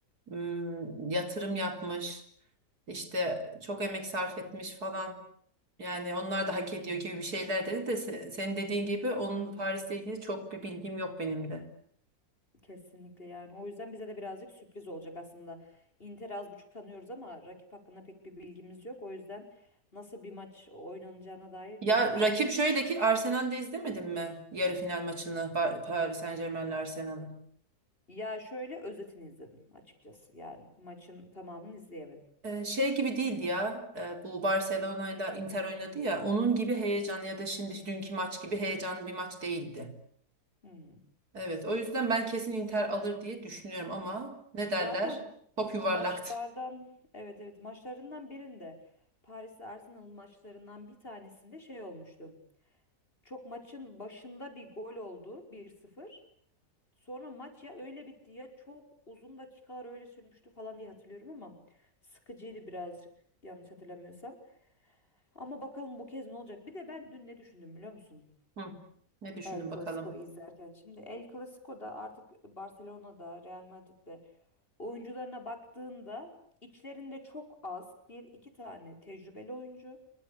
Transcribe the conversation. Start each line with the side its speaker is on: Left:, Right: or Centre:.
Right: Hmm, yatırım yapmış. işte çok emek sarf etmiş falan. Yani onlar da hak ediyor gibi bir şeyler dedi de se- senin dediğin gibi onun Paris'le ilgili çok bir bilgim yok benim de.
Left: Kesinlikle yani. O yüzden bize de birazcık sürpriz olacak aslında. Inter'i az buçuk tanıyoruz ama rakip hakkında pek bir bilgimiz yok. O yüzden nasıl bir maç oynanacağına dair
Right: Ya
Left: de tam
Right: rakip şöyle ki Arsenal'de izlemedin mi yarı final maçını Ba- Paris Saint-Germain'le Arsenal'ı?
Left: Ya şöyle özetini izledim açıkçası. Yani maçın tamamını izleyemedim.
Right: Ee, Şey gibi değildi ya Ee, bu Barcelona'yla Inter oynadı ya onun gibi heyecanlı ya da şimdi dünkü maç gibi heyecanlı bir maç değildi.
Left: Hmm.
Right: Evet o yüzden ben kesin Inter alır diye düşünüyorum ama ne derler?
Left: Zaten
Right: Top yuvarlaktı.
Left: maçlardan evet evet maçlarından birinde Paris'le Arsenal maçlarından bir tanesinde şey olmuştu. Çok maçın başında bir gol oldu bir sıfır. Sonra maç ya öyle bitti ya çok uzun dakikalar öyle sürmüştü falan diye hatırlıyorum ama sıkıcıydı birazcık yanlış hatırlamıyorsam. Ama bakalım bu kez ne olacak? Bir de ben dün ne düşündüm biliyor musun?
Right: Hı. Ne düşündün
Left: El
Right: bakalım?
Left: Clasico'yu izlerken. Şimdi El Clasico'da artık Barcelona'da, Real Madrid'de oyuncularına baktığında içlerinde çok az bir iki tane tecrübeli oyuncu